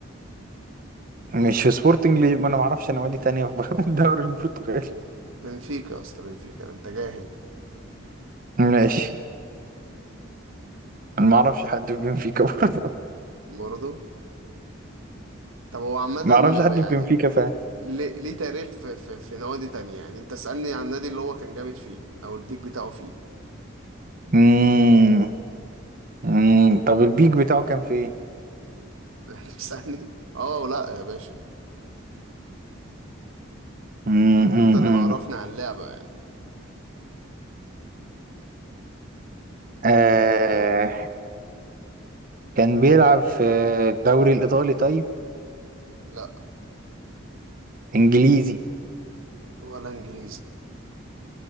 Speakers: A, on the right; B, on the right.
A: مش في سبورتنج لش... ما انا ما اعرفش نوادي تانية في بر- <laughs> الدوري البرتغالي
B: بنفيكا يا اسطى بنفيكا أنت جاهل
A: ماشي انا ما اعرفش حد في بنفيكا برضه. <laughs>
B: برضه طب هو عامة
A: ما اعرفش
B: ما-
A: حد
B: يعني
A: في بنفيكا فعلا
B: ليه ليه تاريخ في, في, في نوادي تانية يعني أنت اسألني عن النادي اللي هو كان جامد فيه أو البيك بتاعه فيه
A: امم أمم. طب البيك بتاعه كان في ايه
B: <laughs> يعني اسألني اه لا يا باشا
A: أمم، أمم،
B: انت اللي
A: أمم.
B: معرفني على اللعبة يعني
A: آه... كان بيلعب في الدوري الايطالي طيب
B: لا
A: انجليزي
B: ولا انجليزي